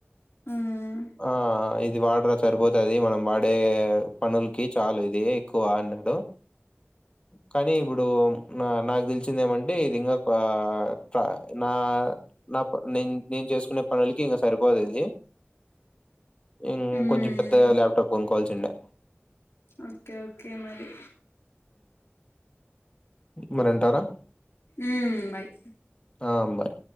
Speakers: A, on the left; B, on the left.
A: మ్మ్
B: ఆ ఇది వాడ్ పోతది మనం వాడే పనులుకి చాలు ఇది ఎక్కువ అన్నాడు. కానీ ఇప్పుడు నా నాకు తెలిసి చ్చింది ఏమంటే ఇది ఇంకా ఆ ఫ నా నాప్ నేన్ నేన్ చేసుకునే పనులకి ఈగ సరిపోదు ఇది ఇం
A: మ్మ్
B: కొంచెం పెద్దగ ల్యాప్టాప్ కొనుక్కోవాల్సిండే
A: ఓకే ఓకే మరి
B: మనంటారా
A: ఉమ్ బాయ్
B: ఆ బాయ్